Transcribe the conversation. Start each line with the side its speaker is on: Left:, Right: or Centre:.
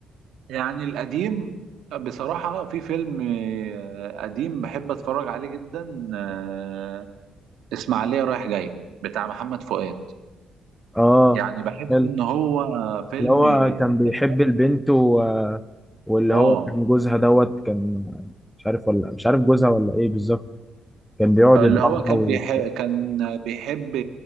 Right: يعني القديم بصراحة في فيلم آه، قديم بحب أتفرج عليه جدا آه، إسماعيلية رايح جاي بتاع محمد فؤاد
Centre: اه
Right: يعني بحس
Centre: حلو
Right: إن هو فيلم
Centre: اللي هو كان بيحب
Right: تحفة
Centre: البنت و... واللي
Right: اه
Centre: هو كان جوزها دوت كان مش عارف ولا مش عارف جوزها ولا ايه بالظبط كان بيقعد
Right: اللي
Centre: يضربها
Right: هو كان
Centre: و...
Right: بيحب كان بيحب